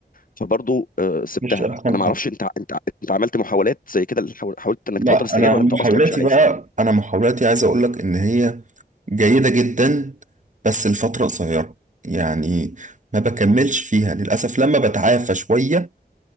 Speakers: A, on the left; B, on the right.
A: فبرضو آه، سبتها
B: مش أحسن
A: انا
B: حاجة
A: ما اعرفش انت انت انت عملت محاولات زي كده حاول- حاولت انك
B: لا
A: تبطل السجاير
B: أنا
A: ولا
B: محاولاتي
A: انت اصلا مش عايز
B: بقى أنا محاولاتي عايز أقول لك إن هي جيدة جدا بس لفترة قصيرة يعني ما بكملش فيها للأسف لما بتعافى شوية